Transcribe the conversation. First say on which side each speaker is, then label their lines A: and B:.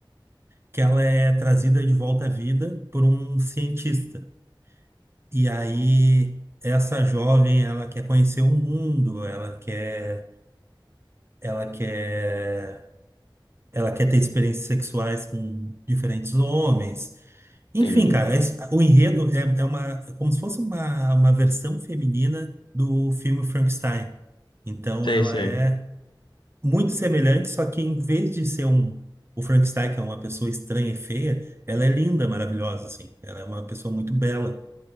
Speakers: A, on the right (about 30°); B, on the left (about 70°).
A: que ela é trazida de volta à vida por um cientista. E aí, essa jovem, ela quer conhecer o mundo, ela quer, ela quer, ela quer ter experiências sexuais com diferentes homens. Enfim,
B: Entendi.
A: cara, es- o enredo é, é uma, é como se fosse uma, uma versão feminina do filme Frankenstein. Então,
B: Sei,
A: ela
B: sei.
A: é muito semelhante, só que em vez de ser um, o Frankenstein, que é uma pessoa estranha e feia, ela é linda, maravilhosa, assim. Ela é uma pessoa muito bela.